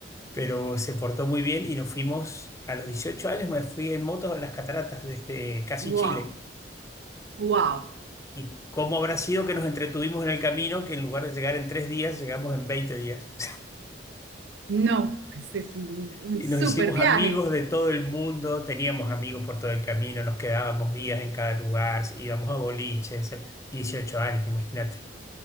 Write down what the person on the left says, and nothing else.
pero se portó muy bien y nos fuimos, a los 18 años me fui en moto a las cataratas desde casi
Chile.
¿Y cómo habrá sido que nos entretuvimos en el camino, que en lugar de llegar en tres días, llegamos en 20 días? <laughs>
Y
nos hicimos
amigos de todo el mundo, teníamos amigos por todo el camino, nos quedábamos días en cada lugar, íbamos a boliches, 18 años, imagínate.